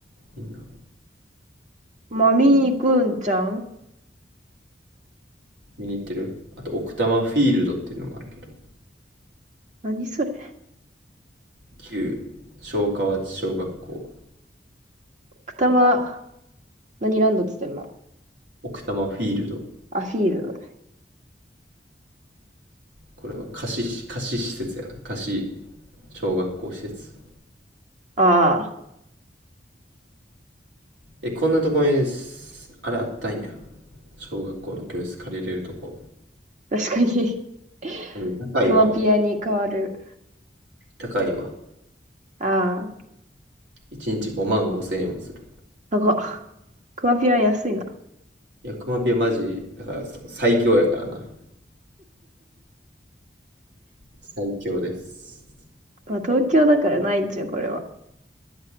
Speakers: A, on the right; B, on the right.
A: みんな。
B: まあ、見に行くんちゃん
A: 見に行ってるあと、奥多摩フィールドっていうのもあるけど。
B: 何それ。
A: 旧昭和町小学校、
B: 奥多摩、何ランドっつってんま。
A: 奥多摩フィールド。
B: アフィールド。
A: これは貸し、貸し施設やな。貸し小学校施設。
B: あ
A: え、こんなとこにす、あれあったんや。小学校の教室借りれるとこ。
B: あ、確かに
A: でも高いわ。
B: <laughs> クマピアに変わる。
A: 高いわ。
B: ああ、
A: 1日5万5千円もする。
B: 高っ。クマピア安いな。
A: いや、クマピはマジ、だから最強やからな。最強です。
B: まあ、東京だからないっちゅう、これは。